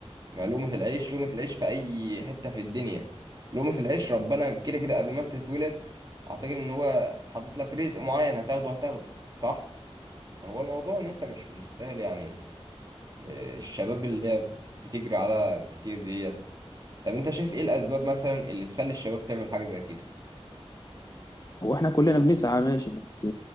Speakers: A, on the right; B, on the left.
A: ما لقمة العيش لقمة العيش في أي حتة في الدنيا لقمة العيش ربنا كده كده قبل ما أنت تتولد أعتقد إن هو حاطط لك رزق معين هتاخده هتاخده صح؟ هو الموضوع إن أنت مش مستاهل يعني آه، الشباب اللي هي بتجري على كتير ديت طب انت شايف ايه الاسباب مثلا اللي تخلي الشباب تعمل حاجه زي كده
B: هو احنا كلنا بنسعى ماشي بس